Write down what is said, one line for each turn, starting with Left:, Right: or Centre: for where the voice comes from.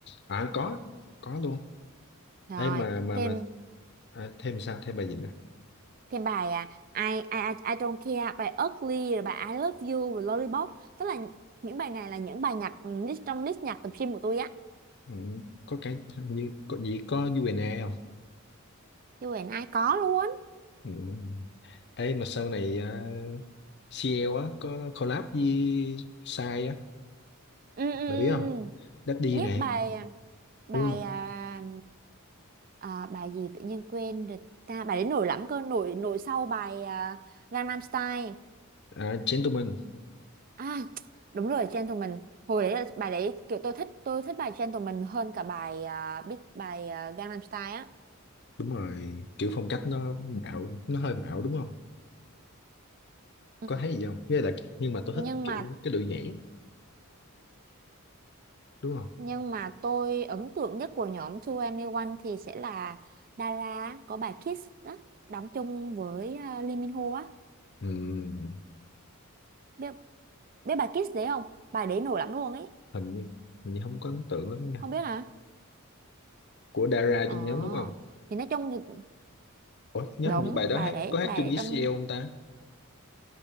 Left: à có có luôn
Right: rồi
Left: ấy mà mà
Right: thêm
Left: mà à, thêm sao thêm bài gì nè
Right: Thêm bài à I, I, I I don't care bài Ugly rồi bài I love you rồi Lollipop tức là những bài này là những bài nhạc ừ, list trong list nhạc tập gym của tôi á
Left: ừ, có cái hình như có gì có UNA không
Right: chứ Huyền ai có luôn
Left: ừ. ấy mà sau này à, CL á có collab với Sai á
Right: ừ, ừ, ừ.
Left: bà biết không
Right: ừ.
Left: Daddy
Right: biết
Left: này
Right: bài à, bài
Left: đúng không
Right: à, à, bài gì tự nhiên quên rồi ta bài đấy nổi lắm cơ nổi nổi sau bài à, Gangnam Style
Left: à, Gentleman
Right: à đúng rồi Gentleman hồi đấy là bài đấy kiểu tôi thích tôi thích bài Gentleman hơn cả bài à, biết bài à, Gangnam Style á
Left: đúng rồi kiểu phong cách nó bạo nó hơi bạo đúng không
Right: ừ.
Left: có thấy gì không với lại nhưng mà tôi
Right: nhưng
Left: thích kiểu
Right: mà
Left: cái đội nhảy á, đúng không
Right: Nhưng mà tôi ấn tượng nhất của nhóm 2NE1 thì sẽ là Dara có bài Kiss á, đóng chung với à, Lee Min Ho á.
Left: Ừm,
Right: Biết, biết bà Kiss đấy không? Bài đấy nổi lắm luôn ấy.
Left: hình như hình như không có ấn tượng lắm nha
Right: Không biết hả?
Left: của Dara
Right: Ờ.
Left: trong nhóm đúng không
Right: Thì nói chung thì-
Left: Ủa nhớ
Right: đúng
Left: hình như bài đó
Right: bài
Left: hát
Right: đấy,
Left: có hát
Right: bài
Left: chung
Right: đấy
Left: với
Right: trong
Left: CL không ta